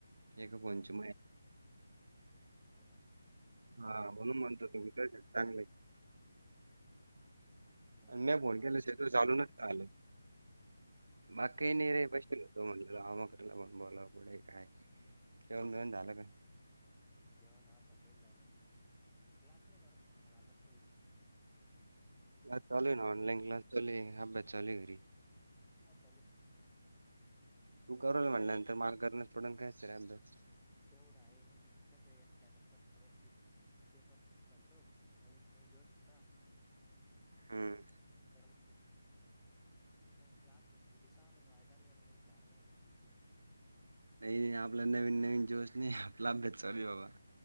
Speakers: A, on the right; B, in the centre.
A: एका फोन ची
B: हो का?
A: हा. म्हणून म्हणतो तुम्ही कायतर चांगलं
B: हॅलो.
A: आणि मी फोन केला
B: बाकी झाली काय.
A: <unintelligible> बाकी नाही रे पैसे देतो म्हटले. अमकला म्हण बोला पुुढे काय जेवण बिवन झालं का?
B: जेवण आज सकाळी झालं. क्लास नाही करत का आता? काही
A: नाही चालू हाय
B: क्लास
A: ना ऑनलाईन क्लास चालू हे अभ्यास चालू हे घरी.
B: काय चालू
A: तू करल म्हटल्यानंतर मला करण्या पडन काय तरी रे अभ्यास.
B: तेवढं आहे नाही तुम कसं आहे आता <unintelligible> वर्षी. पेपर <inaudible> चालतो नवीन नवीन दिवस <inaudible> होता.
A: हम्म
B: <unintelligible> मग ते अभ्यास न ते सहा महिने व्हायच्या <unintelligible> चार महिने फ्री
A: नही आपला नवीन नवीन जोश नई आपला अभ्यास चालूये बाबा